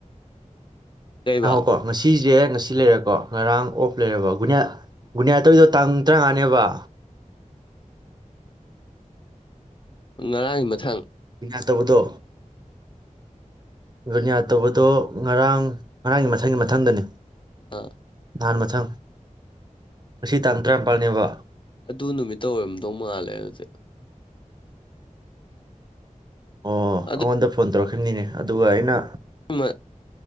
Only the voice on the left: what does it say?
ꯀꯩꯕ
ꯉꯔꯥꯡꯒꯤ ꯃꯊꯪ
ꯑ
ꯑꯗꯨ ꯅꯨꯃꯤꯠꯇ ꯑꯣꯏꯔꯝꯗꯧ ꯃꯥꯜꯂꯦ ꯑꯗꯨꯗꯤ
ꯑꯗꯨ
ꯑꯗꯨ